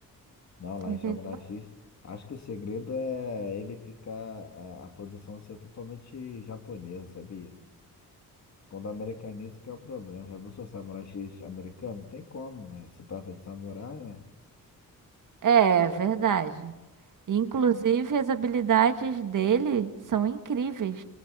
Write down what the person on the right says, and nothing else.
entendeu?
É verdade. Inclusive, as habilidades dele são incríveis.